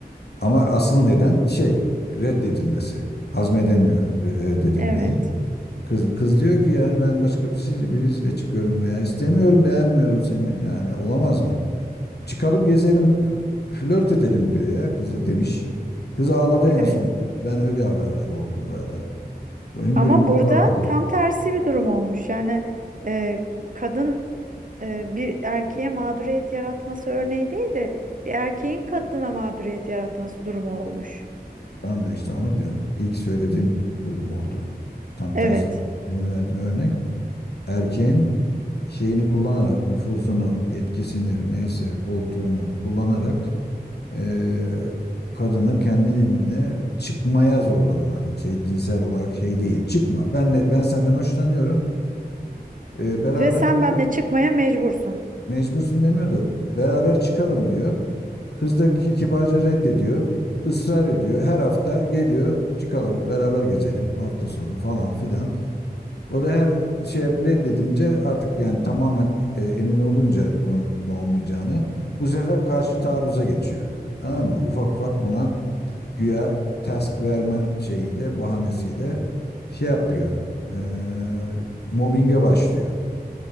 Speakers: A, on the left; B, on the right.
A: Ama asıl neden şey reddedilmesi. Hazmedemiyor re- reddedilmeyi.
B: Evet,
A: Kız, kız diyor ki yani ben başka birisi- birisiyle çıkıyorum veya istemiyorum beğenmiyorum seni. Yani olamaz mı? Çıkalım gezelim flört edelim diyor ya kızı demiş. Kız ağladı en
B: evet.
A: son. Ben öyle haberdar oldum böyle. Böyle Hüngür
B: Ama
A: hüngür
B: burada
A: ağladım.
B: tam tersi bir durum olmuş. Yani e, kadın e, bir erkeğe mağduriyet yaratması örneği değil de bir erkeğin kadına mağduriyet yaratması durumu olmuş.
A: Tamam da işte onu diyorum. İlk söylediğim durum oldu. Tam tersi
B: Evet.
A: benim verdiğim örnek. Erkeğin şeyini kullanarak nüfuzunu, yetkisini neyse koltuğunu kullanarak eee, kadını kendine çıkmaya zorlama. Hani şey cinsel olarak şey değil. Çıkma. Ben ben senden hoşlanıyorum. Eee, beraber
B: Ve sen
A: gezelim
B: benimle çıkmaya mecbursun.
A: Mecbursun demiyor da beraber çıkalım diyor. Kız da kibarca reddediyor. Israr ediyor. Her hafta geliyor çıkalım beraber gezelim hafta sonu falan filan. O da her şey reddedince artık yani tamamen e, emin olunca bunun olmayacağını bu sefer karşı taarruza geçiyor. Tamam mı? Ufak ufak buna güya task verme şeyiyle bahanesiyle şey yapıyor. E, mobbinge başlıyor.